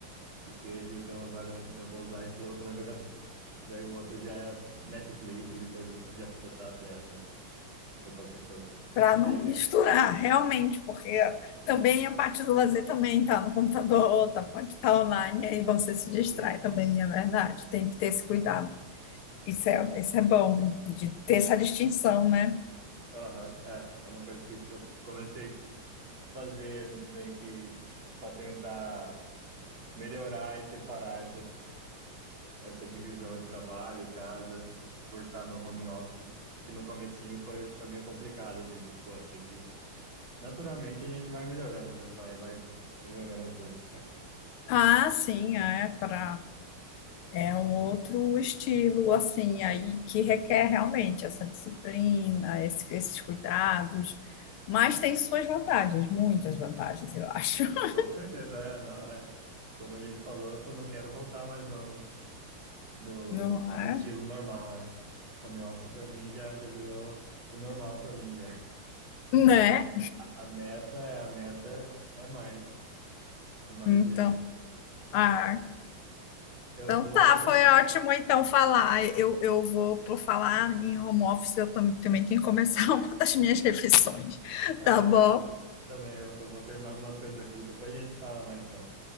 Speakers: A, on the right; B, on the left.
A: que seja, então agora eu, eu vou usar esse outro navegador. E daí o outro já é Netflix e coisas assim, <laughs> já, já tá aberto, né, pra qualquer coisa.
B: para não
A: Aí, me-
B: misturar, realmente, porque também a parte do lazer também tá no computador, tá, pode estar online, aí você se distrai
A: sim,
B: também, é verdade, tem que ter esse cuidado. Isso é, isso é bom, de ter essa distinção, né?
A: aham, é, é uma coisa que eu comecei a fazer meio que pra tentar melhorar e separar essa divisão entre trabalho, casa, por estar no home office, que no comecinho foi, foi meio complicado, assim, pô, tem que... Naturalmente a gente vai melhorando, né? vai, vai melhorando as coisas.
B: Ah, sim, é para é um outro estilo, assim, aí que requer realmente essa disciplina, esse- esses cuidados, mas tem suas vantagens, muitas vantagens, eu acho, <laughs>
A: Com certeza, é, não, é. Como a gente falou, eu não quero voltar mais não no, no,
B: não é?
A: no estilo normal, é. Home office pra mim já, já virou o normal pra mim já.
B: Né?
A: A, meta é, a meta é, é mais, é mais
B: Então,
A: esse.
B: ah,
A: Eu
B: Então
A: vou,
B: tá,
A: bom,
B: foi ótimo então falar. Eu, eu vou, por falar em home office, eu tam- também tenho que começar <laughs> uma das minhas refeições.
A: é,
B: Tá bom?
A: eu tam- também eu, eu vou terminar algumas coisas aqui, depois a gente fala mais então.